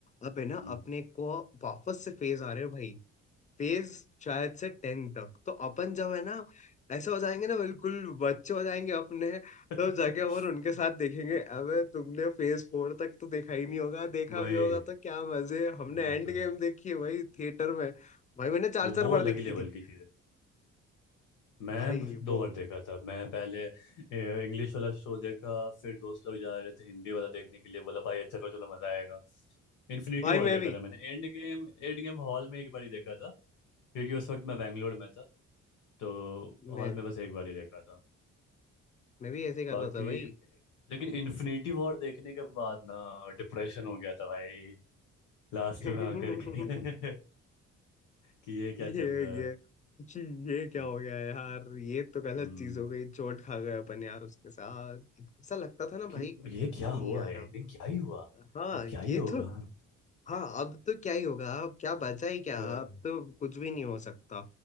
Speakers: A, on the left; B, on the left.
A: अब है ना
B: हम्म।
A: अपने को वापस से फेज आ रहे हो भाई फेज शायद से टेन तक तो अपन जब है ना ऐसा हो जाएंगे ना बिल्कुल बच्चे हो जाएंगे अपने
B: <laughs>
A: तब जाके और उनके साथ देखेंगे अबे तुमने फेज फोर तक तो देखा ही नहीं होगा देखा
B: वही
A: भी होगा तो क्या मजे हमने
B: वो
A: एंड
B: तो
A: गेम देखी है भाई थिएटर में भाई मैंने चार चार
B: वो
A: बार
B: अलग
A: देखी
B: ही लेवल
A: थी
B: की चीज है मैं
A: भाई
B: ब- दो
A: वो
B: बार देखा था मैं पहले इंग्लिश वाला शो देखा फिर दोस्त लोग जा रहे थे हिंदी वाला देखने के लिए बोला भाई अच्छा चलो चलो मजा आएगा इन्फिनिटी
A: भाई
B: वॉर
A: मैं
B: देखा
A: भी
B: था मैंने Endgame Endgame hall में एक बार ही देखा था क्योंकि उस वक्त मैं बैंगलोर में था तो
A: मैं
B: हॉल में बस एक बार ही देखा था
A: मैं भी ऐसे ही कर
B: बाकी
A: रहा था भाई
B: लेकिन इन्फिनिटी वॉर देखने के बाद ना डिप्रेशन हो गया था भाई लास्ट में
A: <laughs>
B: आकर के <laughs> कि ये क्या
A: ये
B: चल रहा
A: ये
B: है
A: जी, ये क्या
B: हम्म,
A: हो गया यार ये तो गलत
B: हम्म,
A: चीज हो गई चोट खा गए अपन यार उसके साथ ऐसा लगता था ना
B: क्यों
A: भाई कि
B: ये क्या
A: नहीं
B: हुआ
A: यार
B: एंडिंग
A: अब
B: क्या ही हुआ
A: हाँ
B: अब क्या ही
A: ये
B: होगा
A: तो हाँ अब तो क्या ही होगा अब क्या बचा ही क्या
B: <laughs>
A: अब तो कुछ भी नहीं हो सकता